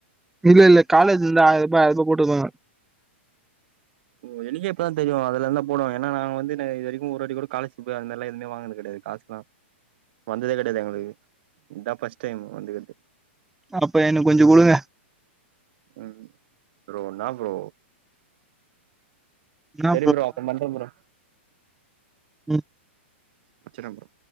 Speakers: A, in the centre; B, on the right.
A: இல்ல இல்ல காலேஜ்ல இருந்து ஆயிர ரூபா ஆயிர ரூபா போட்டுருந்தாங்க
B: ஓ எனேக்கே இப்பதா தெரியு அதுல்ல தா போடுவாங்க ஏன்னா நா வந்துனு இது வரைக்கு ஒரு வாட்டி கூட காலர்சிபாபு அதுமாரிலா வாங்குனது கெடையாது காசு எல்லா வந்ததே கெடையாது எங்களுக்கு இதா ஃபஸ்ட் டைம் வந்து இருக்கிறது
A: அப்ப எனக்கு கொஞ்சோ குடுங்க
B: ம் ப்ரோ என்னா ப்ரோ
A: என்ன
B: செரி ப்ரோ அப்றோ பண்ற ப்ரோ
A: ம்
B: வெச்சற ப்ரோ